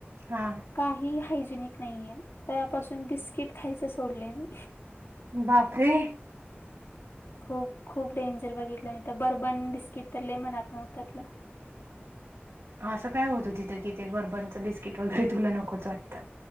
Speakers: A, on the right; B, on the left.
A: हा
B: काही हायजेनिक नाहीय त्यापासून बिस्किट खायच सोडले मी
A: बापरे
B: खूप खूप डेंजर बघितलं मी तर बर्बन बिस्किट तर ल मनात न उतरलं
A: असं काय होतं तिथं कि ते बर्बनचं बिस्किट वगैरे तुला नकोच वाटतं